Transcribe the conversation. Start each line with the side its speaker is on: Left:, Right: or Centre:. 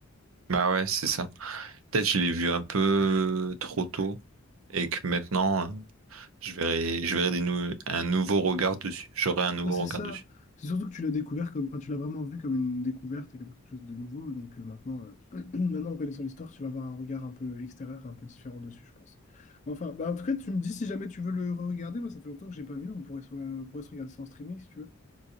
Right: Bah ouais, c'est ça. Peut-être je l'ai vu un peu trop tôt et que maintenant, euh, je verrai, je verrai des nou- un nouveau regard dessus. J'aurai un nouveau
Left: Ouais, c'est
Right: regard
Left: ça.
Right: dessus.
Left: C'est surtout que tu l'as découvert comme, enfin, tu l'as vraiment vu comme une découverte et comme quelque chose de nouveau. Donc euh, maintenant, euh, <clears throat> maintenant, en connaissant l'histoire, tu vas avoir un regard un peu extérieur, un peu différent dessus, je pense. Mais Enfin, bah, en tout cas, tu me dis si jamais tu veux le regarder. Moi, ça fait longtemps que j'ai pas vu. On pourrait se, on pourrait se regarder ça en streaming si tu veux.